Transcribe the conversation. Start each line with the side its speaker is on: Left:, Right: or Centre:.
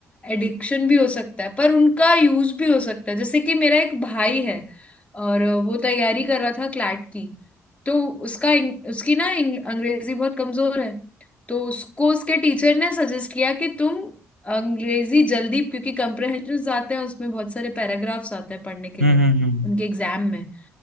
Left: एडिक्शन भी हो सकता है पर उनका यूज भी हो सकता है जैसे कि मेरा एक भाई है और अ, वो तैयारी कर रहा था क्लैट की तो उसका इंग- उसकी ना इंग- अंग्रेजी बहुत कमजोर है तो उसको उसके टीचर ने सजेस्ट किया कि तुम अंग्रेजी जल्दी क्योंकि कंप्रहेंशन आते हैं उसमें बहुत सारे पैराग्राफ्स आते हैं पढ़ने के
Right: हम्म
Left: लिए
Right: हम्म हम्म,
Left: उनके एग्जाम में